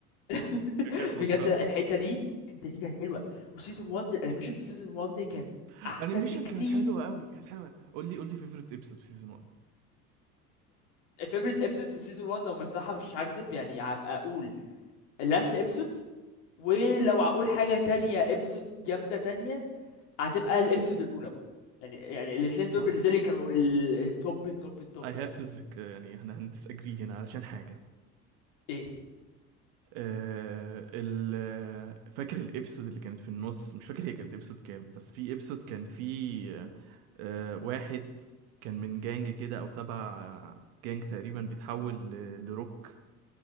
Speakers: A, on the left (about 60°); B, on the right (about 60°).
A: <laughs>
B: ك- كانت مسخره
A: بجد الحته دي الحته دي كانت حلوه وسيزون 1 الانيميشن في سيزون 1 كان احسن
B: الانيميشن
A: بكتير
B: كانت حلوه قوي كانت حلوه قول لي قول لي فيفورت ابيسود في سيزون 1
A: الفيفوريت ابسود في سيزون 1 لو الصراحه مش هكدب يعني هبقى اقول اللاست ابسود ولو هقول حاجه تانية ابسود جامده تانية هتبقى الابسود الاولى برضه يعني يعني الاثنين دول
B: بص
A: بالنسبه لي كانوا ال- التوب التوب التوب
B: I have
A: يعني
B: to disagree- يعني احنا هندس اجري هنا عشان حاجه
A: ايه
B: آه، ال- فاكر الابيسود اللي كانت في النص مش فاكر هي كانت ابيسود كام بس في ابيسود كان في آه، آه، واحد كان من جانج كده او تبع جانج تقريبا بيتحول ل- لروك